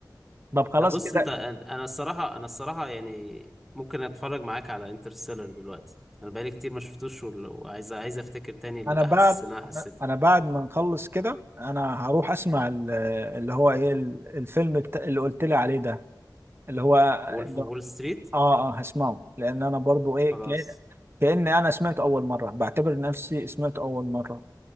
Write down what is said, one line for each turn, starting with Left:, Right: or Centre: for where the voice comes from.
Right: طب خلاص
Centre: لا بص
Right: كده
Centre: انت انت- انا الصراحه انا الصراحه يعني ممكن اتفرج معاك على انترستيلر دلوقتي انا بقالي كتير ما شفتوش وال- وعايز عايز افتكر تاني الاحاسيس
Right: انا بعد
Centre: اللي انا
Right: انا
Centre: حسيتها
Right: أنا بعد ما نخلص كده انا هروح اسمع ال- اللي هو ايه ال- الفيلم بتا... اللي قلت لي عليه ده اللي هو
Centre: وولف
Right: اللي...
Centre: اوف وول ستريت
Right: اه اه هسمعه لان انا برضو ايه
Centre: خلاص
Right: كأن... كأني انا سمعته اول مره بعتبر نفسي سمعته اول مره